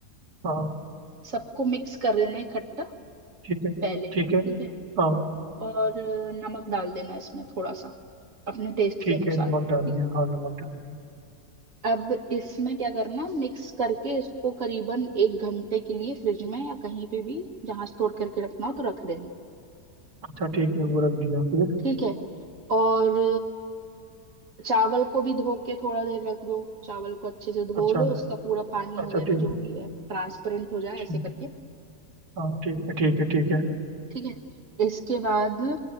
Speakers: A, on the right; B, on the right.
A: हाँ
B: सबको मिक्स कर देना है इकट्ठा
A: ठीक है
B: पहले
A: ठीक
B: ठीक
A: है
B: है
A: हाँ
B: और नमक डाल देना इसमें थोड़ा सा अपने टेस्ट
A: ठीक
B: के अनुसार
A: है नमक
B: ठीक
A: डाल दिया
B: है
A: हाँ नमक डाल दिया
B: अब इसमें क्या करना मिक्स करके इसको करीबन एक घंटे के लिए फ्रिज में या कहीं पे भी जहां स्टोर करके रखना हो तो रख देना
A: अच्छा ठीक है वो रख दिया फिर
B: ठीक है और चावल को भी धो के थोड़ा देर रख दो चावल को अच्छे से धो
A: अच्छा
B: लो उसका पूरा पानी
A: अच्छा
B: वगैरह
A: ठीक है
B: जो भी है ट्रांसपेरेंट हो जाए
A: ठीक
B: ऐसे करके
A: हाँ ठीक है ठीक है ठीक है
B: ठीक है इसके बाद